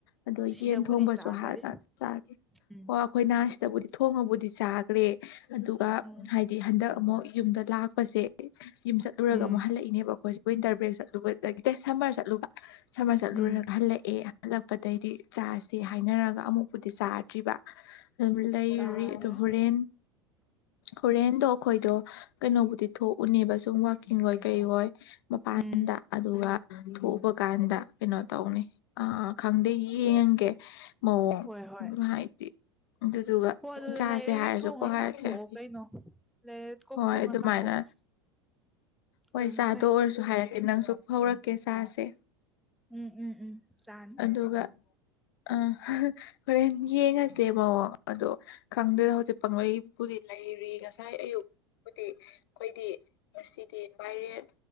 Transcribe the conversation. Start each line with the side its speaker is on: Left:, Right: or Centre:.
Left: ꯑꯗꯣ
Centre: ꯁꯤꯗꯕꯨꯗꯤ
Left: ꯌꯦꯟ ꯊꯣꯡꯕꯁꯨ
Centre: ꯆꯥꯗꯔꯤ
Left: ꯍꯥꯟꯅ ꯆꯥꯒꯦ
Centre: ꯎꯝ
Left: ꯑꯣ ꯑꯩꯈꯣꯏ ꯅꯍꯥꯁꯤꯗꯕꯨꯗꯤ ꯊꯣꯡꯉꯕꯨꯗꯤ ꯆꯥꯈ꯭ꯔꯦ ꯑꯗꯨꯒ
Centre: ꯎꯝ
Left: ꯍꯥꯏꯗꯤ ꯍꯟꯗꯛ ꯑꯃꯨꯛ ꯌꯨꯝꯗ ꯂꯥꯛꯄꯁꯦ ꯌꯨꯝ ꯆꯠꯂꯨꯔꯒ
Centre: ꯎꯝ
Left: ꯑꯃꯨꯛ ꯍꯜꯂꯛꯏꯅꯦꯕ ꯑꯩꯈꯣꯏ ꯋꯤꯟꯇꯔ ꯕ꯭ꯔꯦꯛ ꯆꯠꯂꯨꯕꯗꯒꯤ ꯁꯝꯃꯔ ꯆꯠꯂꯨꯕ ꯁꯔꯃꯔ ꯆꯠꯂꯨꯔꯒ
Centre: ꯎꯝ
Left: ꯍꯜꯂꯛꯑꯦ ꯍꯜꯂꯛꯄꯗꯒꯤꯩꯗꯤ ꯆꯥꯁꯦ ꯍꯥꯏꯅꯔꯒ ꯑꯃꯨꯛꯄꯨꯗꯤ ꯆꯥꯗ꯭ꯔꯤꯕ ꯂꯩꯥꯏꯔꯗ
Centre: ꯆꯥꯗ꯭ꯔꯦ
Left: ꯍꯣꯔꯦꯟ ꯍꯔꯦꯟ ꯇꯣ ꯑꯩꯈꯣꯏꯗꯣ ꯀꯩꯅꯣꯕꯨꯗꯤ ꯊꯣꯛꯎꯅꯦꯕ ꯁꯨꯝ ꯋꯥꯛꯀꯤꯡ ꯍꯣꯏ ꯀꯩ ꯍꯣꯏ ꯃꯄꯥꯟꯗ
Centre: ꯎꯝ
Left: ꯑꯗꯨꯒ ꯊꯣꯛꯎꯕ ꯀꯥꯟꯗ ꯀꯩꯅꯣ ꯇꯧꯅꯤ ꯑ ꯈꯪꯗꯦ ꯌꯦꯡꯒꯦ ꯃꯑꯣꯡ
Centre: ꯍꯣꯏ ꯍꯣꯏ
Left: ꯍꯥꯏꯗꯤ ꯑꯗꯨꯗꯨꯒ
Centre: ꯍꯣꯏ ꯑꯗꯨꯗ
Left: ꯏꯆꯥꯁꯦ
Centre: ꯂꯩꯔ
Left: ꯍꯥꯏꯔꯁꯨꯀꯣ
Centre: ꯍꯦꯛ ꯊꯣꯡꯉ
Left: ꯍꯥꯏꯔꯀꯦ
Centre: ꯆꯥꯊꯣꯛꯑꯣ ꯀꯩꯅꯣ ꯂꯩꯔ ꯀꯣꯛ
Left: ꯍꯣꯏ
Centre: ꯊꯣꯡꯉ
Left: ꯑꯗꯨꯃꯥꯏꯅ
Centre: ꯆꯥꯊꯣꯛꯑꯣ
Left: ꯍꯣꯏ
Centre: ꯑꯗꯨꯅ
Left: ꯆꯥꯗ
Centre: ꯐꯩ
Left: ꯑꯣꯏꯔꯁꯨ ꯍꯥꯏ ꯍꯥꯏꯔꯛꯀꯦ ꯅꯪꯁꯨ ꯍꯧꯔꯛꯀꯦ ꯆꯥꯁꯦ
Centre: ꯎꯝ ꯎꯝ ꯎꯝ ꯆꯥꯅꯤ
Left: ꯑꯗꯨꯒ ꯑ ꯍꯣꯔꯦꯟ ꯌꯦꯡꯉꯁꯦ ꯃꯑꯣꯡ ꯑꯗꯣ ꯈꯪꯗꯅ ꯍꯧꯖꯤꯛ ꯄꯪꯂꯪꯂꯩꯕꯨꯗꯤ ꯂꯩꯔꯤ ꯉꯁꯥꯏ ꯑꯌꯨꯛ ꯗꯤ ꯑꯩꯈꯣꯏꯗꯤ ꯉꯁꯤꯗꯤ ꯃꯥꯏꯔꯦꯟ